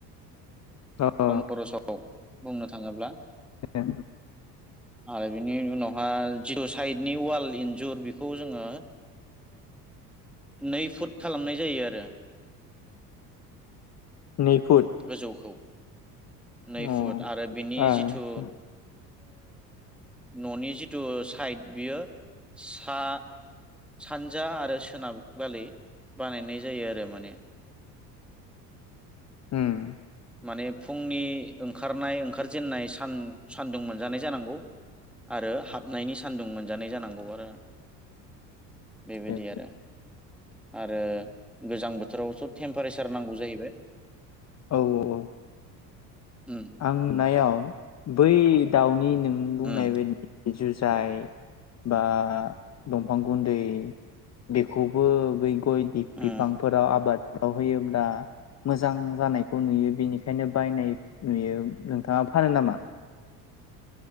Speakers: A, on the left; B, in the centre.
A: औ
B: खम खरसाव बुंनो थाङोब्ला
A: ए
B: आरो बिनि उनावहााय जिथु साइडनि वाल इन्जुर बेखौ जोङो नै फुट खालामनाय जायो आरो।
A: नै फुट
B: गोजौखौ नै
A: अ
B: फुट आरो बिनि
A: आदसा
B: जिथु न'नि जिथु साइड बियो सा सानजा आरो सोनाब गलि बानायनाय जायो आरो माने
A: हुम
B: माने फुंनि ओंखारनाय ओंखारजेननाय सान सान्दुं मोनजानाय जानांगौ। आरो हाबनायनि सान्दुं मोनजानाय जानांगौ आरो बेबायदि
A: ए
B: आरो आरो गोजां बोथोरावस' टेम्पारेसार नांगौ जाहैबाय
A: औ औ औ
B: उम
A: आंनायाव बै दाउनि नों बुंनाय
B: उम
A: बायदि जुजाइ बा दंफां गुन्दै बेखौबो बै गय
B: उम
A: बिफांफोराव आबाद <inaudible> होयोब्ला मोजां जानायखौ नुयो बेनिखायनो बायनाय। नुयो नोंथाङा फानो नामा?